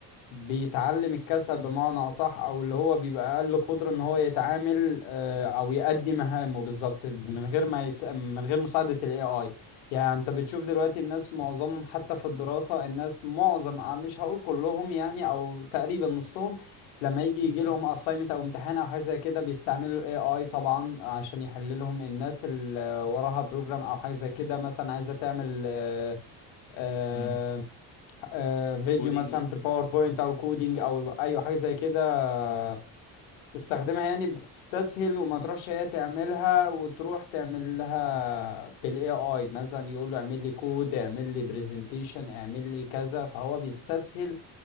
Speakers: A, on the left (about 85°); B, on the left (about 65°).
A: بيتعلم الكسل بمعنى أصح أو اللي هو بيبقى أقل قدرة إن هو يتعامل آه، أو يأدي مهامه بالظبط من غير ما يس... من غير مساعدة ال AI يعني أنت بتشوف دلوقتي الناس معظمهم حتى في الدراسة الناس معظم آه، مش هقول كلهم يعني أو تقريبا نصهم لما يجي يجي لهم assignment أو امتحان أو حاجة زي كده بيستعملوا ال AI طبعا عشان يحل لهم الناس اللي وراها بروجرام أو حاجة زي كده مثلا عايزة تعمل آه، آه،
B: امم
A: آه، فيديو
B: كودينج
A: مثلا
B: يعني؟
A: في الباوربوينت او كودينج او ايوه حاجه زي كده آه، تستخدمها يعني بتستسهل وما تروحش هي تعملها وتروح تعمل لها بالاي اي مثلا يقول له اعمل لي كود اعمل لي برزنتيشن اعمل لي كذا فهو بيستسهل